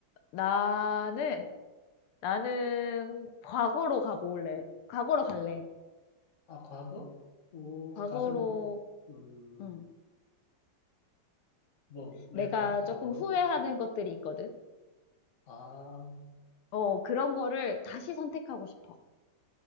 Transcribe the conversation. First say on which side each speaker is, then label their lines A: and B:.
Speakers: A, on the left (about 80°); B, on the left (about 40°).
A: 나는, 나는 과거로 가볼래. 과거로 갈래.
B: 아, 과거? 오,
A: 과거로
B: 가서 뭐, 음,
A: 응.
B: 뭐, 왜
A: 내가
B: 가? 과거로?
A: 조금 후회하는 것들이 있거든.
B: 아,
A: 어, 그런 거를 다시 선택하고 싶어.